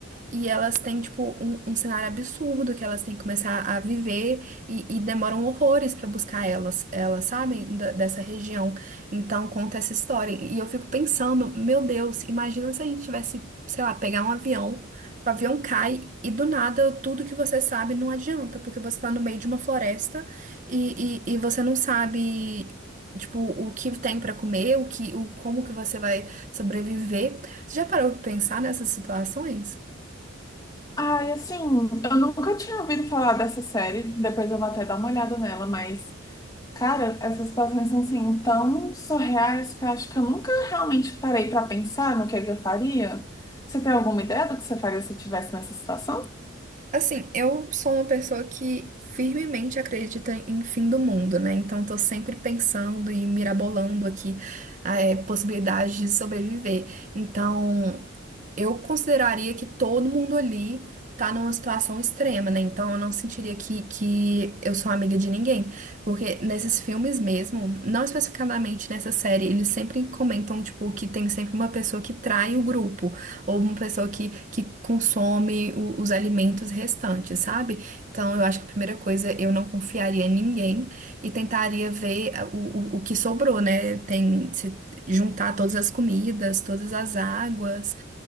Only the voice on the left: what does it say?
Ah, e assim, eu nunca tinha ouvido falar dessa série, depois eu vou até dar uma olhada nela, mas, cara, essas situações são, assim, tão surreais que eu acho que eu nunca realmente parei pra pensar no que é que eu faria. Você tem alguma ideia do que você faria se estivesse nessa situação?